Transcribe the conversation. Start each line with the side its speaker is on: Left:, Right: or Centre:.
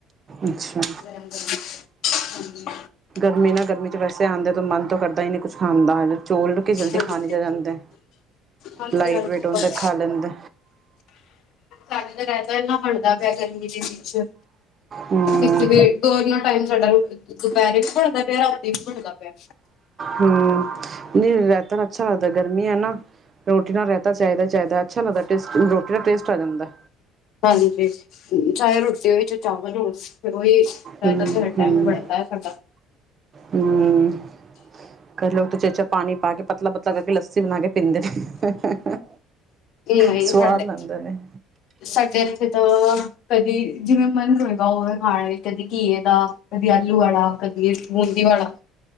Right: ਅੱਛਾ
Left: ਬਰ ਕਰ <unintelligible>
Right: ਗਰਮੀ ਨਾ ਗਰਮੀ 'ਚ ਵੈਸੇ ਆਉਂਦੇ ਤਾਂ ਮਨ ਤੋਂ ਕਰਦਾ ਹੀ ਨਹੀਂ ਕੁਛ ਖਾਂਦਾ ਚੋਲ ਰੱਖ ਜਲਦੀ
Left: ਹਾਂਜੀ
Right: ਖਾਣੇ ਚ ਜਾਂਦੇ
Left: ਹਾਂਜੀ
Right: ਲਾਈਟ
Left: ਹਾਂਜੀ
Right: ਵੇਟ ਹੁੰਦਾ
Left: ਬਸ
Right: ਖਾ ਲੈਂਦੇ
Left: ਘਰ ਤਾਂ ਰਹਿੰਦਾ ਇੰਨਾ ਬਣਦਾ ਪਿਆ ਗਰਮੀ ਦੇ
Right: ਹਮ
Left: ਦਿਨ ਵੀ ਦੋਨਾ ਟਾਈਮ ਸਾਡਾ ਦੁਪਹਿਰੇ ਵੀ ਬਣਦਾ ਪਿਆ ਰਾਤੀ ਵੀ ਬਣਦਾ ਪਿਆ।
Right: ਹਮ! ਨਹੀਂ ਰਹਿਤਾ ਅੱਛਾ ਲੱਦਾ ਗਰਮੀ ਹੈ, ਨਾ ਰੋਟੀ ਨਾਲ ਰਹਿਤਾ ਚਾਹੀਦਾ, ਚਾਹੀਦਾ ਅੱਛਾ ਲੱਗਦਾ ਟੇਸਟ ਰੋਟੀ ਨਾਲ ਟੇਸਟ ਆ ਜਾਂਦਾ।
Left: ਹਾਂਜੀ ਚਾਹੇ ਰੋਟੀ ਹੋਏ ਚ ਚਾਵਲ ਹੋ ਫ ਉਹੀ ਰਹਿਤਾ
Right: ਹਮ
Left: ਸਾਡਾ ਟਾਈਮ
Right: ਹਮ
Left: ਬਣਦਾ ਹੈ ਸਾਡਾ
Right: ਹਮ ਕਰਲੋਓ ਉ ਚੇਚਾ ਪਾਣੀ ਪਾ ਕੇ ਪਤਲਾ- ਪਤਲਾ ਕਰਕੇ ਲੱਸੀ ਬਣਾ ਕੇ ਪੀਂਦੇ ਨੇ
Left: ਨਹੀਂ
Right: ਸਵਾਦ
Left: ਸਾਡੇ
Right: ਲੈਂਦੇ ਨੇ।
Left: ਸਾਡੇ ਇੱਥੇ ਤਾਂ ਕਦੀ ਜਿਵੇਂ ਮਨ ਹੋਏਗਾ ਹੋਵੇ ਮੇ ਕਦੇ ਘੀ ਦਾ, ਕਦੀ ਆਲੂ ਵਾਲਾ ਕਦੇ ਬੂੰਦੀ ਵਾਲਾ